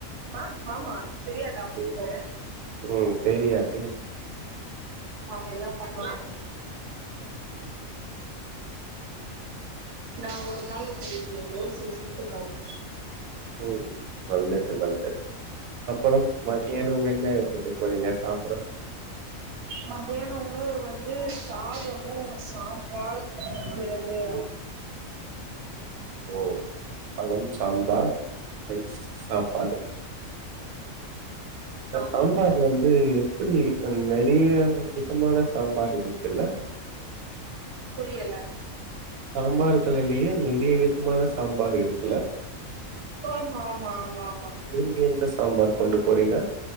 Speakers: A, on the right; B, on the right.
A: ஆஹ் ஆமா தெரியாதா உங்களுக்கு
B: ம். ம். தெரியாதே!
A: அப்டிதா பண்ணுவாங்க
B: உம்
A: நா ஒரு நாள் உங்களுக்கு தோசய சுட்டு காட்ற
B: ம் பல்லுக்கு நல்லது புறம் மத்தியானம் மென்ன எடுத்துட்டு போறீங்க சாப்பிட
A: மத்யான உணவு வந்து சாதமு சாம்பார் அது
B: ம். ஓ பழம் சாம்பார் ரைஸ் சாப்பாடு த
A: ஆமா
B: சாம்பார் வந்து எப்டி ந்ப நெறய விதமான சாம்பார் இருக்குன்னா
A: புரியல
B: சாம்பார்களிலயே நெறைய வித <unintelligible> சாம்பார் இருக்குல்ல
A: ஆமா ஆமா ஆமா ஆமா
B: நீங்க எந்த சாம்பார் கொண்டு போறீங்க